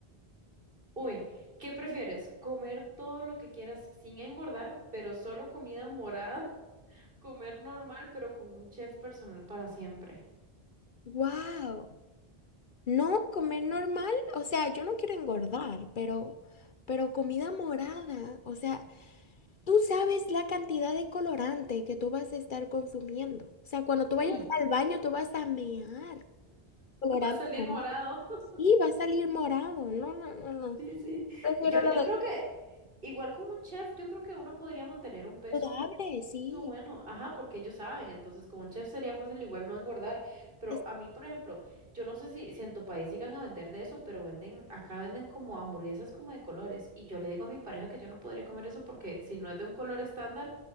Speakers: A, on the right; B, on the left.
A: Uy, ¿qué prefieres? ¿Comer todo lo que quieras sin engordar, pero solo comida morada? <laughs> ¿Comer normal, pero con un chef personal para siempre?
B: Wow. No, comer normal, o sea, yo no quiero engordar, pero, pero comida morada, o sea, tú sabes la cantidad de colorante que tú vas a estar consumiendo. O sea, cuando tú vayas
A: Sí,
B: al baño, tú vas a mear colorante
A: va a salir
B: morado.
A: morado. <laughs>
B: Sí, va a salir morado. No, no, no, no.
A: Sí, sí.
B: Prefiero
A: Y Yo,
B: lo
A: yo
B: del
A: creo que, igual con un chef, yo creo que uno podría mantener un peso
B: saludable, sí.
A: bueno, ajá, porque ellos saben, entonces con un chef sería fácil igual no engordar, pero
B: Es-
A: a mí, por ejemplo, yo no sé si, si en tu país llegan a vender de eso, pero venden, acá venden como hamburguesas como de colores, y yo le digo a mi pareja que yo no podría comer eso porque si no es de un color estándar,